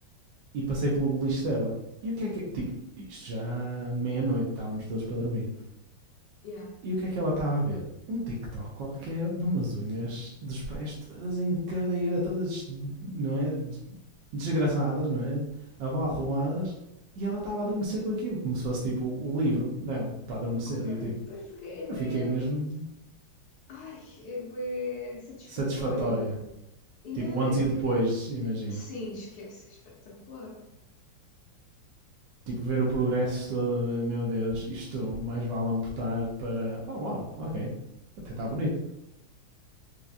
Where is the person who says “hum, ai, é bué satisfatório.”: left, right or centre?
Left